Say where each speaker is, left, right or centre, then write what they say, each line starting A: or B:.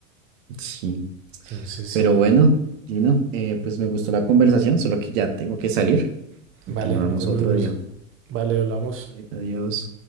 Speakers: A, on the right; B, on the right.
A: Sí,
B: Entonces sí,
A: pero bueno, Gino, eh, pues me gustó la conversación, solo que ya tengo que salir. Continuamos
B: vale, no te preocupes.
A: otro día.
B: Vale, hablamos.
A: Vale, Adiós.